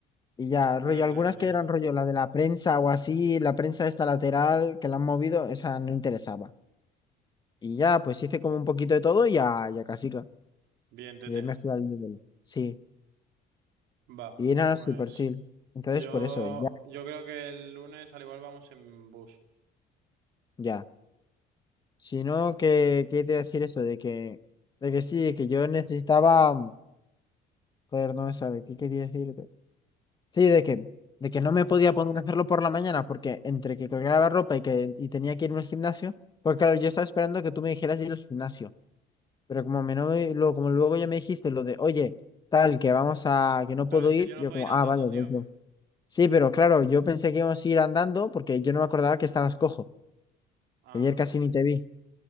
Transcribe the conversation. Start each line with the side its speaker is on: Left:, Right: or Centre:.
Left: Y ya,
Right: Buen
Left: rollo,
Right: entreno,
Left: algunas que
Right: tío.
Left: eran rollo, la de la prensa o así, la prensa esta lateral que la han movido, esa no interesaba. Y ya, pues hice como un poquito de todo y ya, ya casi. ca-
Right: Bien, tete.
Left: Y ahí me fui al nivel. Sí.
Right: Va.
Left: Y era
Right: Pues
Left: súper chill. Entonces,
Right: yo,
Left: por eso, ya.
Right: yo creo que el lunes al igual vamos en bus.
Left: ya. Sino que, ¿qué te iba a decir eso? De que, de que sí, de que yo necesitaba, mm, joder, no me sabe, ¿qué quería decirte? Sí, de que, de que no me podía poner a hacerlo por la mañana, porque entre que colgaba ropa y que y tenía que irme al gimnasio, porque claro, yo estaba esperando que tú me dijeras de ir al gimnasio, pero como me no, luego, como luego ya me dijiste lo de, oye, tal, que vamos a, que no puedo
Right: Claro, es
Left: ir,
Right: que yo
Left: yo
Right: no puedo
Left: como,
Right: ir andando,
Left: ah, vale,
Right: tío.
Left: voy yo. Sí, pero claro, yo pensé que íbamos a ir andando, porque yo no me acordaba que estabas cojo,
Right: Ah,
Left: ayer casi ni te vi.